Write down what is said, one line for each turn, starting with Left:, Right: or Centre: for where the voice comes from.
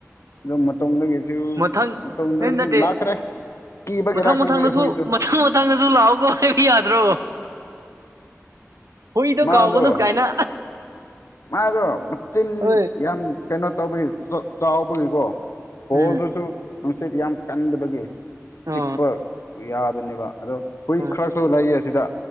Left: ꯑꯣ ꯃꯇꯝꯗꯒꯤꯁꯨ
Right: ꯃꯊꯪ
Left: ꯃꯇꯝꯗꯤ
Right: ꯅꯠꯇꯦ
Left: ꯂꯥꯛꯇ꯭ꯔꯦ ꯀ
Right: ꯃꯊꯪ
Left: ꯒꯦꯔ ꯈꯪꯗ
Right: ꯃꯊꯪꯗꯁꯨ
Left: ꯍ ꯏꯗꯣ
Right: ꯃꯊꯪ ꯃꯊꯪꯗꯁꯨ ꯂꯥꯛꯑꯣꯀꯣ ꯍꯥꯏꯕ ꯌꯥꯗ꯭ꯔꯣ ꯍꯨꯏꯗꯣ
Left: ꯃꯥꯗꯣ
Right: ꯀꯥꯎꯒꯅꯨ ꯀꯥꯏꯅ
Left: ꯃꯥꯗꯣ ꯃꯆꯤꯟ
Right: ꯍꯣꯏ
Left: ꯌꯥꯝ ꯀꯩꯅꯣ ꯇꯧꯕꯒꯤ ꯆꯥꯎꯕꯒꯤꯀꯣ ꯕꯣꯜꯗꯨꯁꯨ
Right: ꯎꯝ
Left: ꯅꯨꯡꯁꯤꯠ ꯌꯥꯝ ꯀꯟꯗꯕꯒꯤ
Right: ꯑꯣ
Left: ꯆꯤꯛꯄ ꯌꯥꯕꯅꯦꯕ ꯑꯗꯣ ꯍꯨꯏ
Right: ꯍꯣꯏ
Left: ꯈꯔꯁꯨ ꯂꯩꯌꯦ ꯑꯁꯤꯗ